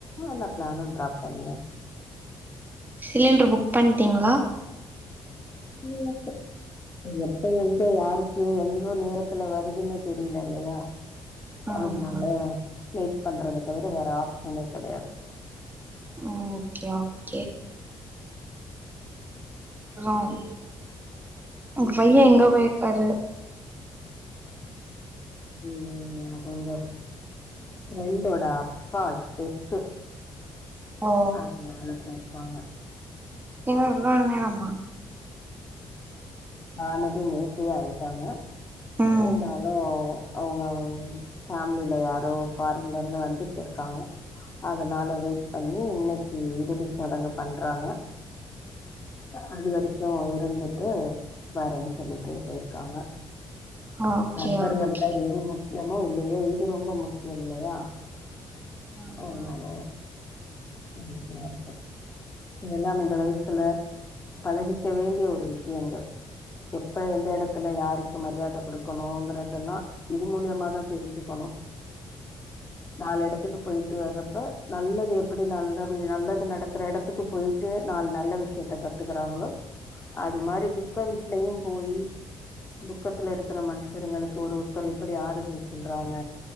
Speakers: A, on the left; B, on the right.
A: அந்த பிளானு ட்ராப் பண்ணியாச்சு
B: சிலிண்ட்ர் புக் பண்ட்டீங்களா
A: நேத்து எப்ப எங்க யாருக்கு எந்த நேரத்துல வருதுன்னு தெரியல இல்லையா
B: ஆமா
A: அதனால மேக் பண்றத தவிர வேற ஆப்ஷனே கெடையாது
B: ஓகே ஓகே ஹாம் உங்க பைய எங்க போயிக்காரு
A: யே அவுங்க ப்ரெண்டோட அப்பா டெத்து
B: ஓ
A: அதனால போயிருப்பாங்க
B: எங்க இவ்ளோ நேரமா
A: ஆனது நேத்தே ஆயிட்டாங்க.
B: ம்
A: இருந்தாலு அவுங்கம் ஃபேமிலில யாரோ ஃபாரின்ல இருந்து வந்துட்டு இருக்காங்க. அதனால வெயிட் பண்ணி இன்னிக்கி இறுதிச்சடங்க பண்றாங்க. அது வரிக்கு இருந்துட்டு வேறேன் சொல்லிட்டு போயிர்க்காங்க.
B: ஓகே
A: நண்பர்கள்ல
B: ஓகே
A: எது முக்கியமோ இல்லையோ இது ரொம்ப முக்கியம் இல்லையா?
B: ஆமா
A: அதுனால இந்துட்டு வரட்டு. இதெல்லாம் இந்த வயசுல பழகிக்க வேண்டிய ஒரு விஷ் யங்கள் எப்ப எந்த எடத்துல யாருக்கு மரியாத குடுக்கணுங்கறது எல்லா இது மூலியமாதா தெரிஞ்சுக்கணு. நாலு எடத்துக்கு போயிட்டு வர்றப்ப நல்லது எப்பிடி நல்லபி நல்லது நடக்கற எடத்துக்கு போயி ட்டு நால் நல்ல விஷ்யத்த கத்துக்கறாங்களோ அது மாரி துக்க வீட்லயும் போயி துக்கத்துல இருக்குற மனுஷருங்களுக்கு ஒரு ஒருத்தர் எப்பிடி ஆறுதல் சொல்றாங்க.